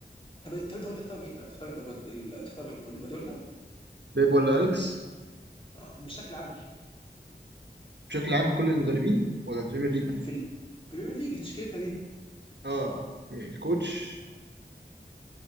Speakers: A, on the left; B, on the right.
A: طب طب انت قول لي تختار مين طيب تختار انت جود... ال- تختار مين قول لي جوارديولا
B: بيب ولا اليكس
A: آه، بشكل عام
B: بشكل عام كل المدربين ولا البريمير ليج
A: في البريمير ليج تشكيلتنا دي
B: اه أوكي. الكوتش